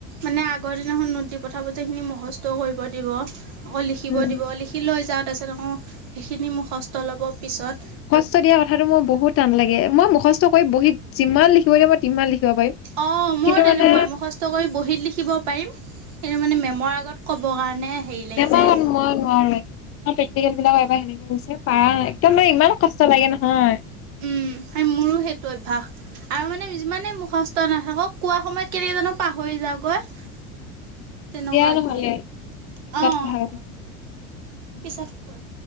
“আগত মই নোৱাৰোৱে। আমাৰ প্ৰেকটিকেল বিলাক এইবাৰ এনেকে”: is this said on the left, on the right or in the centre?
Left